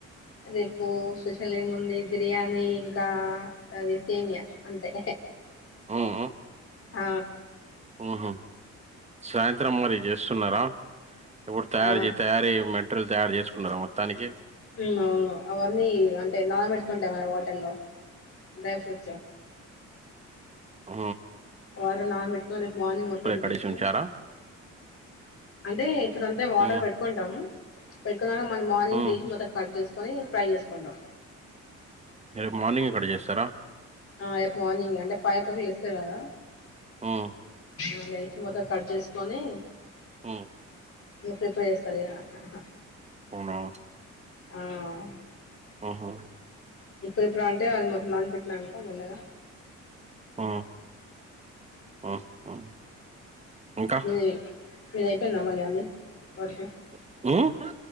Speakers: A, on the left; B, on the right.
A: రేపు స్పెషల్ ఏముంది బిర్యానీ ఇంకా అది సేమియా అంతే
B: ఆఆ
A: ఆ
B: ఆహా సాయంత్రం మరి చేస్తున్నారా ఇప్పుడు తయారు
A: ఆ
B: చేయి తయారు చేయిమన్ ట్రలు తయారు చేసుకున్నరా మొత్తానికి
A: ఉ అవును అవన్నీ అంటే నానబెట్టుకుంటం గదా వాటర్లో డ్రై ఫ్రూట్స్
B: ఆ
A: వాటర్ల నాన పెట్టుకని రేపు మార్నింగ్ మొత్తం
B: కడిగేసి
A: తీసి
B: ఉంచారా
A: అంటే ఇప్పుడాంటే వాటర్
B: ఉమ్
A: పెట్టుకుంటాం కున్నంక మళ్ళీ మార్నింగ్
B: ఉమ్
A: తీసి మొత్తం కటుజెస్ కొని ఫ్రై చేసుకుంటాం
B: రేపు మార్నింగే కాడ్చేస్తారా
A: ఆ రేపు మార్నింగే అంటే ఫైవ్ ఓ క్లాక్ లేస్తరు కదా
B: ఆ
A: ఆ లేచి మొత్తం కట్ చేసుకొని
B: హు
A: ఇంక పప్పు చేస్తలేవ హా హా
B: అవును.
A: అవున
B: ఆహా!
A: ఇప్పుడు ఇప్పుడు అంటే అది మొత్తం నాన్ పెట్నాంక మెల్లగా
B: ఆ ఆ ఆ ఇంకా
A: నిజమే మీదయిపోయింద మళ్ళీ అన్ని వర్క్
B: హ్మ్